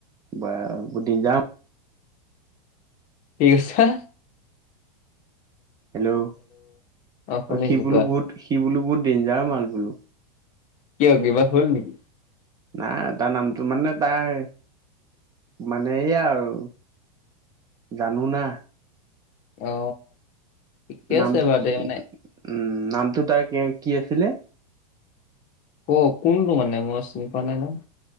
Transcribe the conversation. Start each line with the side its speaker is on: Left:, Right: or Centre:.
Right: বা বৰ দেঞ্জাৰ
Left: কি কৈছা?
Right: হেল্ল'
Left: শুনিছো
Right: অ সি বোলো
Left: কোৱা
Right: বহুত সি বোলো বহুত ডেঞ্জাৰ মাল বোলো
Left: কিয় কিবা হ'ল নেকি
Right: নাই তাৰ নামটো মানে তাৰ মানে এইয়া আৰু জানো না
Left: অ ঠিকে
Right: নামটো
Left: আছে বাৰু
Right: উম
Left: দে মানে
Right: নামটো তাৰ কি আছিলে
Left: অ কোনটো মানে মই চিনি পোৱা নাই নহয়